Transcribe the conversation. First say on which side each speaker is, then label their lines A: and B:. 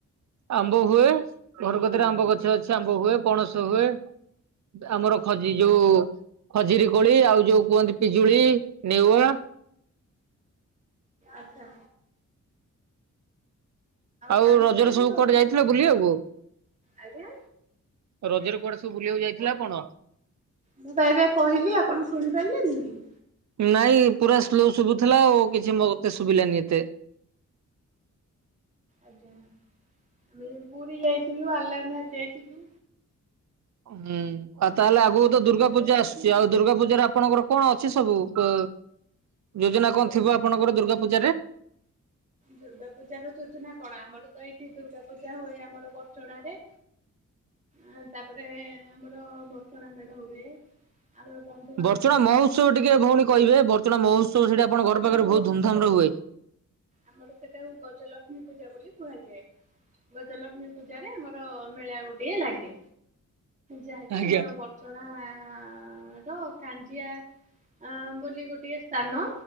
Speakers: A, on the right; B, on the right.
A: ଆମ୍ବ ହୁଏ ଘର କତିରେ ଆମ୍ବ ଗଛ ଅଛି ଆମ୍ବ ହୁଏ ପଣସ ହୁଏ। ବା ଆମର ଖଜି ଯୋଉ ଖଜିରି କୋଳି ଆଉ ଯୋଉ କୁହନ୍ତି ପିଜୁଳି ନେଉଆ।
B: ଆଚ୍ଛା।
A: ଆଉ
B: ଜାମୁକୋଳି
A: ରଜରେ
B: ବି
A: ସବୁ
B: ହଉଥିବ
A: କୁଆଡେ ଯାଇଥିଲ ବୁଲିଆକୁ?
B: ଆଜ୍ଞା
A: ରଜେରେ କୁଆଡେ ସବୁ ବୁଲିଆକୁ ଯାଇଥିଲେ ଆପଣ?
B: ମୁଁ ପା ଏବେ କହିଲି ଆପଣ ଶୁଣି ପାରିଲେନି କି?
A: ନାଇଁ ପୁରା ସ୍ଲୋ ଶୁଭୁଥିଲା ଆଉ କିଛି ମତେ ଶୁଭିଲାନି ଏତେ।
B: ଆଜ୍ଞା ଆମେ ପୁରୀ ଯାଇଥିଲୁ ଆଲାରନାଥ ଯାଇଥିଲୁ।
A: ଅ ହୁଁ ଆଉ ତାହେଲେ ଆଗୁକୁ ତ ଦୁର୍ଗା
B: ତାପରେ
A: ପୂଜା
B: ସେଇଠି
A: ଆସୁଚି ଆଉ ଦୁର୍ଗା ପୂଜାରେ ଆପ୍ ଆପଣଙ୍କର କଣ ଅଛି ସବୁ ପେ ଯୋଜନା କଁ ଥିବ ଆପଣଙ୍କର ଦୁର୍ଗା ପୂଜାରେ?
B: ଦୁର୍ଗା ପୂଜାର ଯୋଜନା କଣ ଆମର ତ ଏଇଠି ଦୁର୍ଗା ପୂଜା ହୁଏ ଆମର ବଡଚଣାରେ। ଆଉ ତାପରେ ଆମର ବଡଚଣା ମେଢ ହୁଏ। ଆଉ ଏ ବନ୍
A: ବଡଚଣା ମହଉତ୍ସବ ଟିକେ ଭଉଣୀ କହିବେ ବଡଚଣା ମହଉତ୍ସବ ସେଇଟି
B: ବଡ଼ଚଣା
A: ଆପଣ ଘର ପାଖେରେ
B: ମହୋତ୍ସବ
A: ଭୋଉତ ଧୁମଧାମରେ ହୁଏ।
B: ଆମର ସେଟାକୁ ଗଜଲକ୍ଷ୍ମୀ ପୂଜା ବୋଲି କୁହାଯାଏ। ଗଜଲକ୍ଷ୍ମୀ ପୂଜାରେ ଆମର ମେଳା ଗୋଟେ ଲାଗେ। ଯାହାକି
A: ଆଜ୍ଞା।
B: ଆମର ବ ଣ <unintelligible> କାଞ୍ଜିଆ ଅ ବୋଲି ଗୋଟେ ସ୍ଥାନ